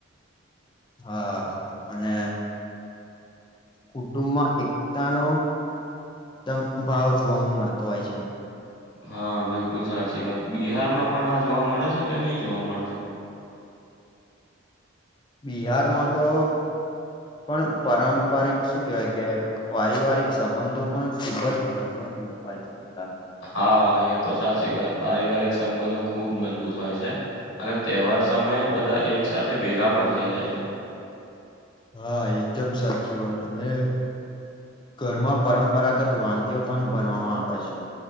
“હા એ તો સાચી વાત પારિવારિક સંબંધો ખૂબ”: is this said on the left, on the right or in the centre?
Left